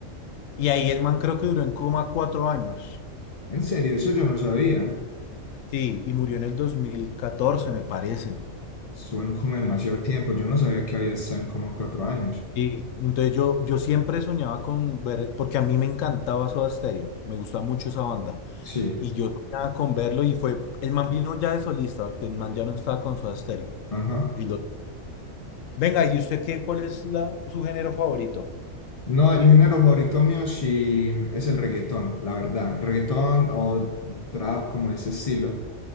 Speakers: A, on the left (about 75°); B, on the left (about 45°).
A: Y ahí el man creo que duró en coma cuatro años.
B: En serio, eso yo no sabía.
A: Sí, y murió en el 2014 me parece.
B: Suben como demasiado tiempo. Yo no sabía que había estado en como cuatro años.
A: Sí. Entonces yo, yo siempre soñaba con ver, porque a mí me encantaba Soda Stereo, me gustaba mucho esa banda.
B: Sí,
A: Y yo soñaba con verlo y fue, el man vino ya de solista, porque el man ya no estaba con Soda Stereo.
B: ajá.
A: Y lo, venga, ¿y usted qué, cuál es la, su género favorito?
B: No, el género favorito mío sí es el reggaetón, la verdad. Reggaetón o trap, como ese estilo.